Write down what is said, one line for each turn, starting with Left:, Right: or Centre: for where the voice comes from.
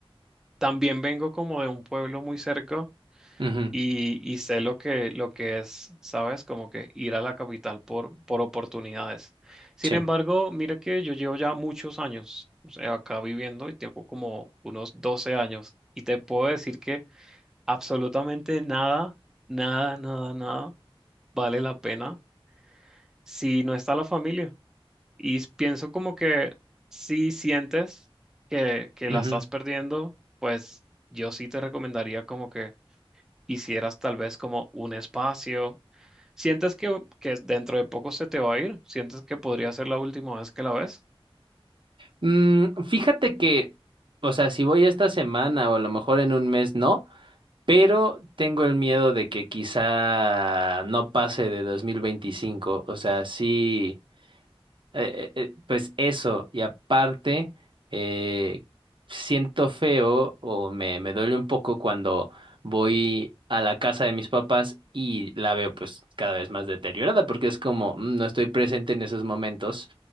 Centre: también vengo como de un pueblo muy cerca
Right: ujú,
Centre: y, y sé lo que, lo que es, ¿sabes? Como que ir a la capital por, por oportunidades. Sin
Right: sí.
Centre: embargo, mira que yo llevo ya muchos años, o sea, acá viviendo y tengo como unos 12 años y te puedo decir que absolutamente nada, nada, nada, nada vale la pena si no está la familia. Y pienso como que si sientes que, que
Right: ujú.
Centre: la estás perdiendo, pues yo sí te recomendaría como que hicieras tal vez como un espacio. ¿Sientes que, que dentro de poco se te va a ir? ¿Sientes que podría ser la última vez que la ves?
Right: Mm, fíjate que, o sea, si voy esta semana o a lo mejor en un mes, no, pero tengo el miedo de que quizá no pase de dos mil veinticinco o sea, sí. eh, eh, eh, pues eso, y aparte, eh, siento feo o me, me duele un poco cuando voy a la casa de mis papás y la veo pues cada vez más deteriorada, porque es como, "Mm, no estoy presente en esos momentos